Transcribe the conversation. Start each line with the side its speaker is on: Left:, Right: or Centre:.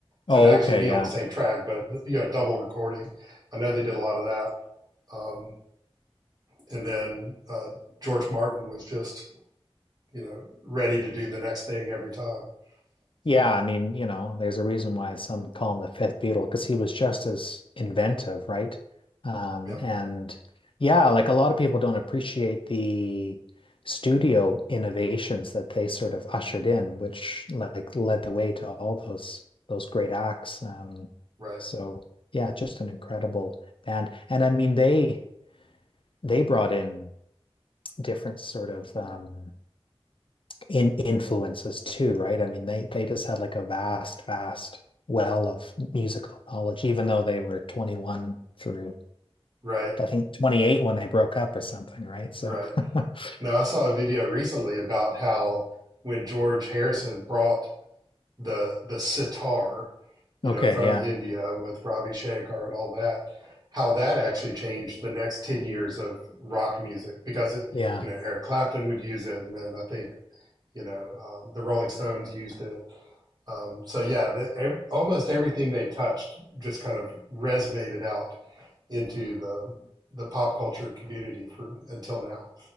Left: Oh,
Right: so to actually
Left: okay,
Right: be
Left: yeah.
Right: on the same track, but you know double recording. I know they did a lot of that, um, and then uh, George Martin was just you know ready to do the next thing every time. So
Left: Yeah, I mean, you know, there's a reason why some call him the fifth Beatle because he was just as inventive, right? Um,
Right: yep,
Left: and yeah, like a lot of people don't appreciate the studio innovations that they sort of ushered in, which like led the way to all those those great acts. Um,
Right: right,
Left: so yeah, just an incredible band. And I mean, they they brought in different sort of um, in influences too, right? I mean, they they just had like a vast, vast well of musical knowledge, even though they were 21 through
Right: right,
Left: I think 28 when they broke up or something, right? So,
Right: right.
Left: <laughs>
Right: Now, I saw a video recently about how when George Harrison brought the the sitar, you
Left: okay,
Right: know, from
Left: yeah,
Right: India with Ravi Shankar and all that, how that actually changed the next 10 years of rock music because it,
Left: yeah,
Right: you know, Eric Clapton would use it and then I think, you know, um, the Rolling Stones used it. Um, so yeah, the, ev almost everything they touched just kind of resonated out into the the pop culture community for until now.